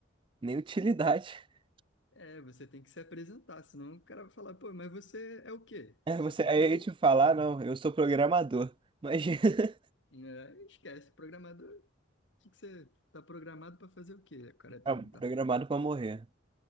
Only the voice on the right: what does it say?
nem utilidade. <laughs>
É,
você,
aí
a gente falar, não, eu sou programador. Mas <laughs>
é programado pra morrer.